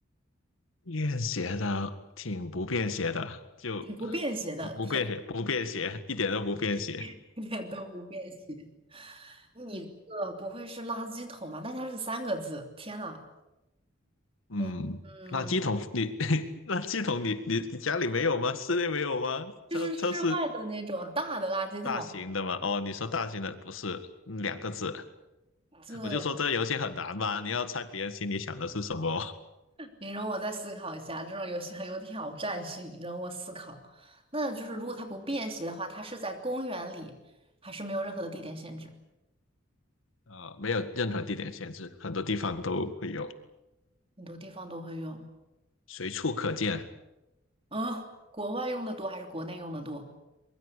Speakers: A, on the left (about 90°); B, on the right (about 30°).
A: 便携的挺不便携的，就
B: 挺不便携的，
A: 不不便携，
B: 天，
A: 不便携，一点都不便携。
B: <laughs> 一点都不便携。你这个不会是垃圾桶吧？但它是三个字，天呐，
A: 嗯，
B: 嗯嗯，
A: 垃圾桶你 <laughs> 垃圾桶你你你家里没有吗？室内没有吗？
B: 就是室外的那种大的垃圾桶。
A: 超超市大型的吗？哦，你说大型的不是嗯两个字，
B: 对，
A: 我就说这个游戏很难吧？你要猜别人心里想的是什么。
B: 你容我再思考一下，这种游戏很有挑战性，你容我思考。那就是如果它不便携的话，它是在公园里，还是没有任何的地点限制？
A: 呃，没有任何地点限制，很多地方都会有，
B: 很多地方都会用。
A: 随处可见，
B: 嗯，国外用的多还是国内用的多？